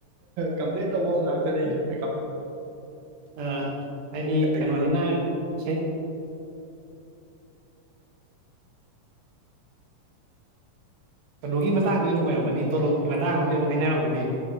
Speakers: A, on the right; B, on the right.
A: ꯀꯝꯄ꯭ꯂꯦꯟ ꯇꯧꯕ ꯉꯥꯛꯇꯅꯦꯁꯨ
B: ꯑ ꯍꯥꯏꯗꯤ
A: ꯀꯩꯒꯤꯅꯣ
B: ꯀꯩꯅꯣꯅꯤꯅ ꯆꯠ ꯀꯩꯅꯣꯒꯤ ꯃꯇꯥꯡꯗꯤ ꯑꯗꯨꯝ ꯑꯣꯏꯔꯝꯃꯅꯤ ꯇꯣꯂꯣꯞꯀꯤ ꯃꯇꯥꯡ ꯑꯃꯗꯤ ꯑꯗꯨꯝ ꯍꯥꯏꯅꯔꯝꯃꯅꯤ